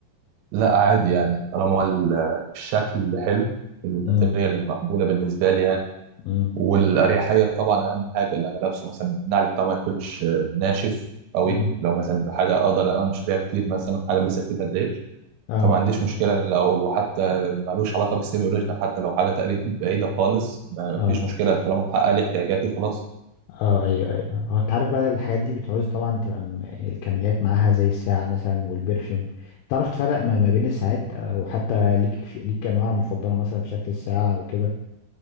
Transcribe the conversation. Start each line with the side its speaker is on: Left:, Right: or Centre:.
Right: لا عادي يعني طالما ال- الشكل حلو الماتيريال
Left: امم
Right: المقبوله بالنسبه لي يعني
Left: امم
Right: والاريحيه طبعا اهم حاجه اللي انا لابسه مثلا النعل بتاعه ما يكونش ناشف قوي
Left: امم
Right: لو مثلا تبقى حاجه اقدر امشي بيها كتير مثلا حاجه لسه كتير ما تضايقش
Left: اه
Right: فما عنديش مشكلة لو حتى مالوش علاقة بالسيمي أوريجينال حتى لو حاجة تقليد بعيدة خالص ما
Left: اه
Right: فيش مشكلة طالما محقق لي احتياجاتي خلاص
Left: اه ايوه ايوه هو انت عارف بقى الحاجات دي بتعوز طبعا تبقى م- يعني الكماليات معاها زي الساعة مثلا والبرفيوم تعرف تفرق ما ما بين الساعات او حتى ليك في ليك انواع مفضلة مثلا في شكل الساعة او كده